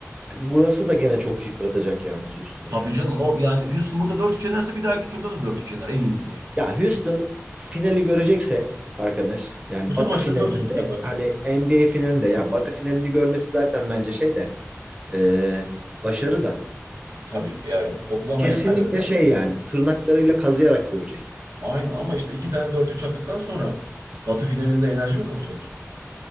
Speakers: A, on the right; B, on the right.
A: Burası da gene çok yıpratacak yalnız Houston ya.
B: Tabii canım o yani Houston burada dört üç yenerse bir dahaki turda da dört üç yener en iyi ihtimal.
A: Ya Houston finali görecekse arkadaş yani
B: Bütün
A: Batı
B: maçları
A: finalini
B: dört üç biter
A: de
B: bence.
A: hani NBA finalini de ya Batı finalini görmesi zaten bence şey de e, başarı da
B: Tabii ya Oklahoma'ya
A: kesinlikle
B: kaybeder.
A: şey yani tırnaklarıyla kazıyarak görecek yani.
B: Aynen ama işte iki tane dört üç yaptıktan sonra Batı finalinde enerji mi kalacak?